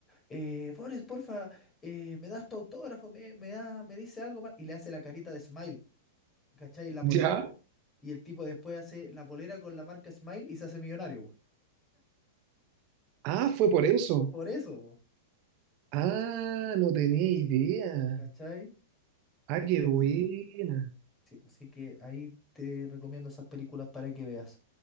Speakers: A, on the left; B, on the right.
A: eh, Forrest, porfa, eh, me das tu autógrafo, me, me da, me dice algo más, y le hace la carita de Smile, ¿cachai? La polera.
B: ¿Ya?
A: Y el tipo después hace la polera con la marca Smile y se hace millonario, po.
B: Ah, fue por eso.
A: Por eso, po,
B: Ah, no tenía idea.
A: ¿cachai?
B: Ah,
A: Entonces,
B: qué buena.
A: sí, así que ahí te recomiendo esas películas para que veas.